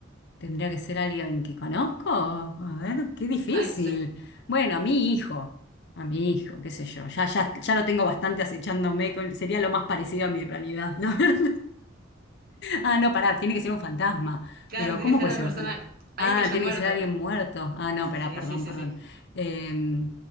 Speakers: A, on the left; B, on the right.
A: tendría que ser alguien que conozco. A ver, qué difícil.
B: Ay, no sé.
A: Bueno, a mi hijo, a mi hijo, qué sé yo. Ya, ya, ya lo tengo bastante acechándome. con- sería lo más parecido a mi realidad. <laughs> Ah, no, pará, tiene que ser un fantasma.
B: Claro,
A: Pero,
B: tiene
A: ¿cómo
B: que ser
A: puede
B: una
A: ser
B: persona,
A: un fantasma?
B: alguien
A: Ah,
B: que haya
A: tiene
B: muerto.
A: que ser alguien muerto. Ah, no,
B: Sí,
A: pará, perdón,
B: sí, sí,
A: perdón.
B: sí.
A: Eh,